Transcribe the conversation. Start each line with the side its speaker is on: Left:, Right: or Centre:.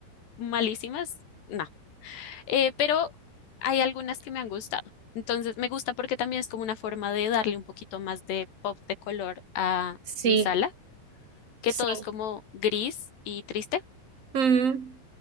Left: malísimas, no. Eh, pero hay algunas que me han gustado. Entonces, me gusta porque también es como una forma de darle un poquito más de pop de color a
Right: Sí,
Left: mi sala que
Right: sí.
Left: todo es como gris y triste.
Right: Mm,